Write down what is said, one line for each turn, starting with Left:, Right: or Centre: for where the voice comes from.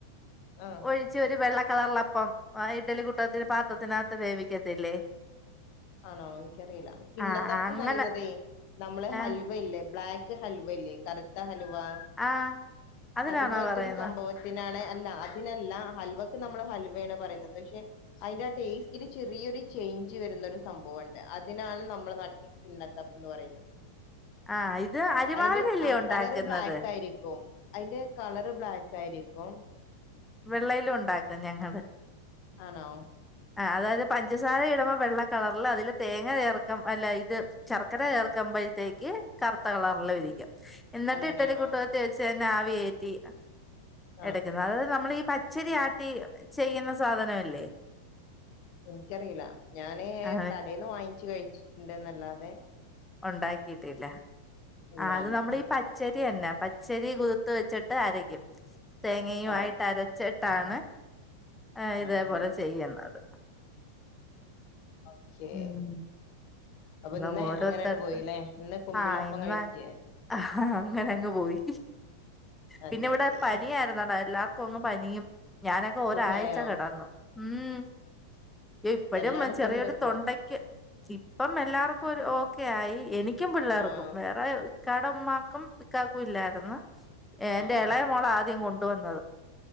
Left: ആഹ്
Centre: ഒഴിച്ച് ഒരു വെള്ള കളറിലപ്പം ഇഡല കൂട്ടത്തിന്റെ പാത്രത്തിനകത്ത് വേവിക്കത്തില്ലേ
Left: ആണോ എനിക്കറിയില്ല കിണ്ണത്തപ്പ്ന്ന്റിയുന്നതേ
Centre: ആഹ് അങ്ങനെ
Left: നമ്മള് ഹൽവല്ലേ
Centre: ആഹ്
Left: ബ്ലാക്ക് ഹൽവല്ലേ കറത്ത ഹലവാ
Centre: ആഹ് അതിനാണോ
Left: അതുപോലത്തെരു
Centre: പറയുന്ന
Left: സംഭവത്തിനാണ് അല്ല അതിനല്ല ഹൽവക്ക് നമ്മൾ ഹൽവയാണ് പറയുന്നത് പക്ഷെ അതിന്റെ ആ ടേസ്റ്റില് ചെറിയൊരു ചേഞ്ച് വരുന്ന സംഭവംണ്ട് അതിനാണ് നമ്മളുടെ നാട്ടിൽ കിണ്ണ ത്തപ്പന്ന് പറയുന്നത്
Centre: ആഇത് അരുമാവി
Left: അതിന്റെ
Centre: ലല്ലേ
Left: ആ
Centre: ഉണ്ടാക്കുന്നത്
Left: കളറ് ബ്ലാക്ക് ആയിരിക്കും അതിന്റെ കളറ് ബ്ലാക്ക് ആയിരിക്കും
Centre: വെള്ളയില ഉണ്ടാക്കും ഞങ്ങള്
Left: ആണോ
Centre: ആ അതായത് പഞ്ചസാര ഇടമ്പോ വെള്ള കളറിൽ അതില് തേങ്ങ ചേർക്ക അല്ല ഇത് ശർക്കര ചേർ വക്കുമ്പഴത്തേക്ക് കറുത്ത കളറില് ഇരിക്കും എന്നിട്ട്
Left: അങ്ങനെയാണോ
Centre: ഇട്ടലി കൂട്ടത്തി വെച്ച ആ വി കേ <unintelligible>
Left: ആ
Centre: എടക്കുന്നത് അത് നമ്മൾ ഈ പ -- പച്ചരി ആട്ടി ചെയ്യുന്ന സാധനംല്ലേ
Left: എനിക്കറിയില്ല ഞാന്
Centre: ആ
Left: കടേന്ന് വാങ്ങി കഴിച്ചിട്ടുണ്ട് എന്നല്ലാതെ
Centre: ഉണ്ടാക്കിട്ടില്ല
Left: ഇല്ല
Centre: ആ അത്
Left: ഇല്ല
Centre: നമ്മൾ പച്ച ചന്നെ പച്ചരി കുതിത്ത് വെച്ചിട്ട് അരക്കും തേങ്ങയും
Left: ഓ
Centre: ആയിട്ട് അരച്ച് ട്ടാണ് ആ
Left: ആഹ്
Centre: ഇതേപോലെ ചെയ്യുന്നത്
Left: ഓക്കെ
Centre: ഉം
Left: അപ്പൊ
Centre: അത്
Left: ഇന്ന്
Centre: ഓരോരുത്തടുത്ത്
Left: അങ്ങനെയണ്ട് പോയില്ലേ ഇന്ന് കുമ്പിളപ്പം
Centre: ആ ഇന്ന
Left: കഴിച്ചേ
Centre: ആ അങ്ങനെങ്ങ് പോയി
Left: അതെ
Centre: പിന്നെ ഇവിടെ
Left: അതെ
Centre: പനിയിരുന്നടാ എല്ലാർക്കും <unintelligible> ഇപ്പോൾ ആഗ് പനിയും ഞാനൊക്കെ ഒരാഴ്ച
Left: സുഖായോ
Centre: കിടന്നു ഊം ഇപ്പഴും
Left: എല്ലായിടത്തും
Centre: ചെറിയൊരു
Left: ഉണ്ട്പ്പോ
Centre: <unintelligible> തൊണ്ടക്ക് ഇപ്പം എല്ലാർക്കുംഒരു ഓക്കെ ആയി എനി എനിക്കും പിള്ളേർക്കും
Left: ആഹ്
Centre: വേറെ ഇക്കാടെ ഉമ്മാക്കും ഇക്കാക്കുല്ലായിരുന്നു എ എന്റെ
Left: ഓ
Centre: ഇളയ മോള ആദ്യം കൊണ്ട് ഇട്ട് വന്നത്